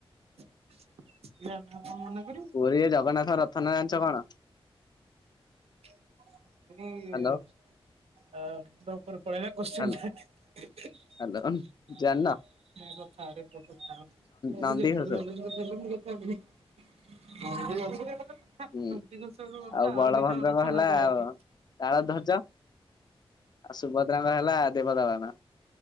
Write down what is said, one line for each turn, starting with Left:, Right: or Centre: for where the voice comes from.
Right: <unintelligible> ମନା କରିବୁ।
Left: ପୁରୀରେ ଜଗନ୍ନାଥ ରଥ ନା ଜାଣିଛ କଣ?
Right: <unintelligible>
Left: ହାଲୋ
Right: ଆ <unintelligible> ଉପରୁ ପଳେଇ ଆଇଲା କୋଶ୍ଚିନ୍
Left: ହାଲୋ
Right: ଟା। <unintelligible>
Left: ହାଲୋ ଜାଣିନ ନନ୍ଦିଘୋଷ ହୁଁ ଆଉ ବଳଭଦ୍ରଙ୍କ
Right: <inaudible> <inaudible>
Left: ହେଲା ଅ
Right: କହିଲି।
Left: ତାଳଧ୍ବଜ ଆଉ ସୁଭଦ୍ରାଙ୍କ ହେଲା ଦେବଦଳନ।